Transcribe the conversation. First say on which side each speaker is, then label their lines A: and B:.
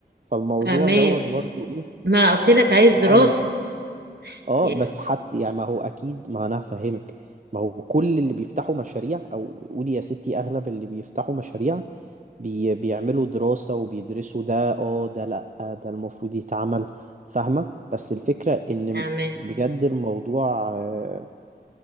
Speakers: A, on the right (about 45°); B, on the right (about 65°).
A: فالموضوع
B: فاهماك
A: دوت برضو ايه
B: ما قلت لك عايز
A: طبعا
B: دراسة
A: اه
B: يعني
A: بس حتى يعني ما هو اكيد ما انا هفهمك ما هو كل اللي بيفتحوا مشاريع او قولي يا ستي اغلب اللي بيفتحوا مشاريع بي بيعملوا دراسة وبيدرسوا ده اه ده لأ ده المفروض يتعمل فاهمة بس الفكرة إن
B: تمام
A: بجد الموضوع آه،